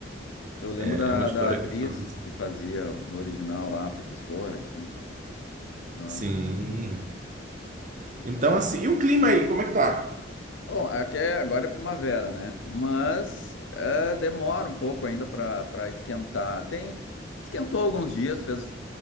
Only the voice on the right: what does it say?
é,
é uma história
que fala disso.
Sim. Então, assim, e o clima aí, como é que tá?